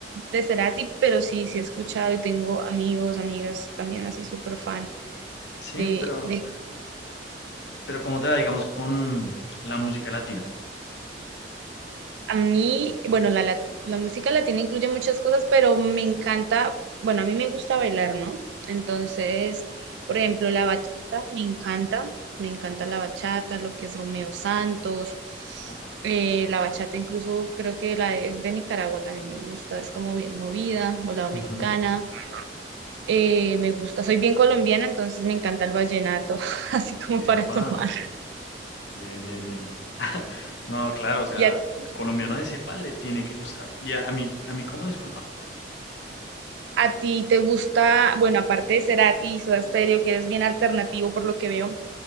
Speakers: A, on the right; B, on the left.
A: de Cerati, pero sí, sí he escuchado y tengo amigos, amigas también así súper fan
B: Sí,
A: de,
B: pero,
A: de
B: pero ¿cómo te va, digamos, con la música latina?
A: A mí, bueno, la, la, la música latina incluye muchas cosas, pero me encanta, bueno, a mí me gusta bailar, ¿no? Entonces, por ejemplo, la bachata me encanta, me encanta la bachata, lo que es Romeo Santos,
B: Opa.
A: eh, la bachata incluso creo que la es de Nicaragua también me gusta, es como bien movida, o la dominicana,
B: Ujú.
A: eh, me gusta, soy bien colombiana, entonces me encanta el vallenato, <laughs> así como
B: Epa,
A: para tomar.
B: bien, bien, bien. <laughs> No, claro, o sea,
A: ¿Y a
B: colombiano de cepa le tiene que gustar. Y a, a mí, a mí, ¿cómo? Disculpa,
A: ¿A ti te gusta, bueno, aparte de Cerati y Soda Stereo, que eres bien alternativo por lo que veo,